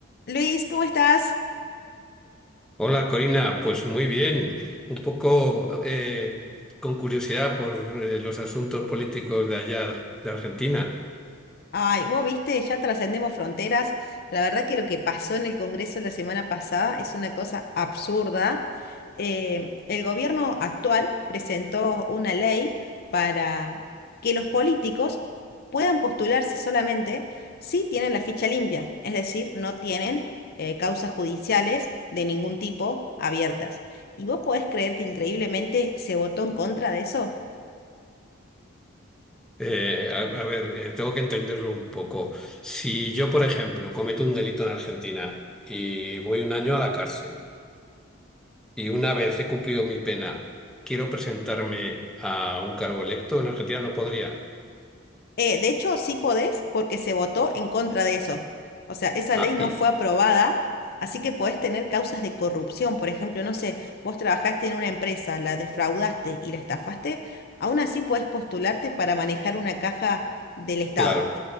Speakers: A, on the left (about 50°); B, in the centre.
A: Luis, ¿cómo estás?
B: Hola Corina, pues muy bien, un poco eh, con curiosidad por eh, los asuntos políticos de allá, de Argentina.
A: Ay, vos viste, ya trascendemos fronteras. La verdad que lo que pasó en el Congreso la semana pasada es una cosa absurda. Eh, el gobierno actual presentó una ley para que los políticos puedan postularse solamente si tienen la ficha limpia, es decir, no tienen eh, causas judiciales de ningún tipo abiertas. ¿Y vos podés creer que increíblemente se votó en contra de eso?
B: Eh, a, a ver, eh, tengo que entenderlo un poco. Si yo, por ejemplo, cometo un delito en Argentina y voy un año a la cárcel y una vez he cumplido mi pena, quiero presentarme a un cargo electo en Argentina, no podría.
A: Eh, de hecho, sí podés porque se votó en contra de eso. O sea, esa
B: Ah,
A: ley no
B: y
A: fue aprobada, así que podés tener causas de corrupción. Por ejemplo, no sé, vos trabajaste en una empresa, la defraudaste y la estafaste, aún así podés postularte para manejar una caja del Estado.
B: claro.